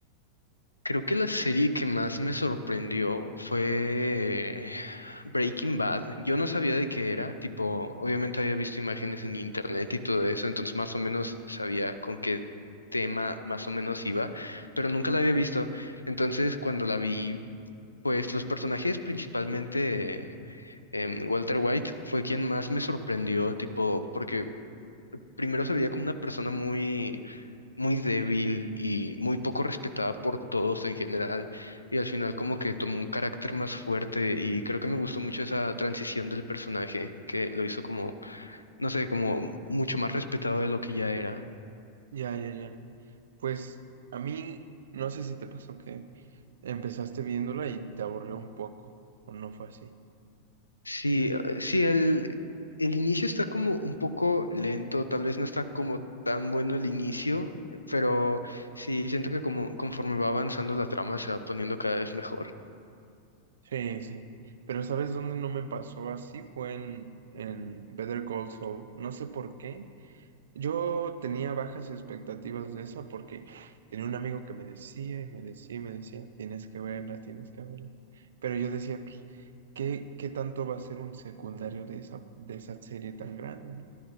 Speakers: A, on the left; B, on the right.
A: Creo que la serie que más me sorprendió fue Breaking Bad. Yo no sabía de qué era, tipo, obviamente había visto imágenes en internet y todo eso, entonces más o menos sabía con qué tema más o menos iba, pero nunca la había visto. Entonces, cuando la vi, pues los personajes, principalmente em, Walter White, fue quien más me sorprendió, tipo, porque primero se veía como una persona muy, muy débil y muy poco respetada por todos en general, y al final como que tomó un carácter más fuerte y creo que me gustó mucho esa transición del personaje que lo hizo como, no sé, como mucho más respetado de lo que ya era.
B: Ya, ya, ya. Pues a mí, no sé si te pasó que empezaste viéndola y te aburrió un poco, o no fue así.
A: Sí, eh, sí, el, el inicio está como un poco lento, tal vez no está como tan bueno el inicio, eh, pero sí, siento que como conforme va avanzando la trama se va poniendo cada vez mejor.
B: Sí, sí. Pero ¿sabes dónde no me pasó así? Fue en, en Better Call Saul. No sé por qué. Yo tenía bajas expectativas de esa porque tenía un amigo que me decía y me decía y me decía, tienes que verla, tienes que verla. Pero yo decía, pues, ¿qué, qué tanto va a ser un secundario de esa, de esa serie tan grande, ¿no?